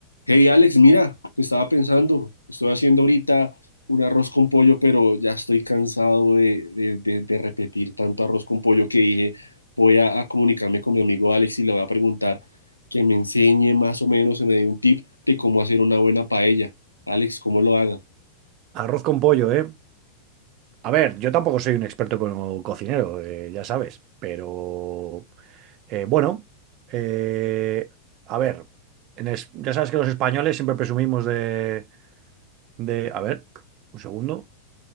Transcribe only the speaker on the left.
Hey Alex, mira, estaba pensando, estoy haciendo ahorita un arroz con pollo, pero ya estoy cansado de, de- de- de repetir tanto arroz con pollo que dije, voy a, a comunicarme con mi amigo Alex y le voy a preguntar que me enseñe más o menos, se me dé un tip de cómo hacer una buena paella. Alex, ¿cómo lo haga?